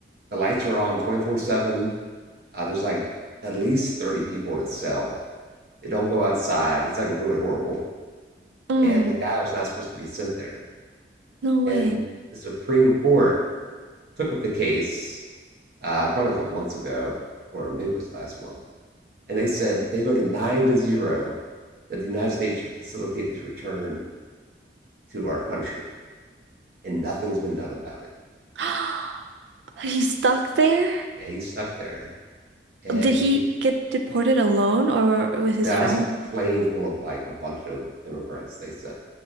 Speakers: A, on the right (about 55°); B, on the right (about 80°).
A: The lights are on 24 7. Uh, there's like at least 30 people in a cell. They don't go outside. It's like really horrible.
B: Mm,
A: And the guy was not supposed to be sent there.
B: no
A: And
B: way.
A: the Supreme Court took up the case uh, probably a couple months ago, or maybe it was last month. And they said they voted nine to zero that the United States should facilitate his return to our country. And nothing's been done about it.
B: <gasps> He's stuck there?
A: yeah, he's stuck there. And
B: Did he
A: we
B: get deported alone or with his
A: now
B: family?
A: it was a plane full of like a bunch of immigrants they sent.